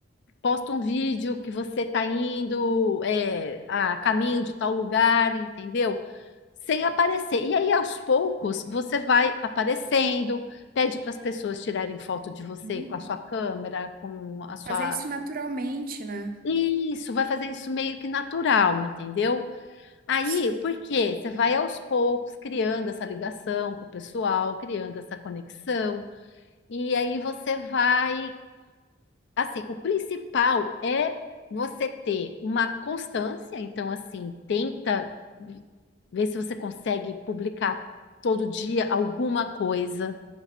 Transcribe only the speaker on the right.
Hum.
Fazer isso naturalmente, né?
Sim,